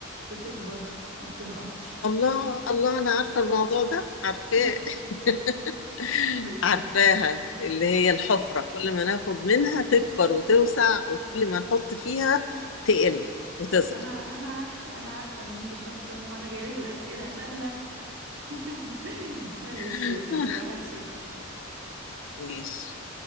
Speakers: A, on the right (about 85°); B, on the left (about 70°).
A: بتكبر ما بتنقصش
B: الله الله أنا عارفة الموضوع ده عارفاه
A: <laughs>
B: <laughs>
A: قولي
B: عارفاها اللي هي الحفرة كل ما ناخد منها تكبر وتوسع وكل ما نحط فيها تقل وتصغر
A: انا انا عارفه انا عارفه ان انتي شاطره وانا جايلك باسئله سهله <laughs> ماشي
B: <laughs>
A: يا ستي واحد صفر
B: ماشي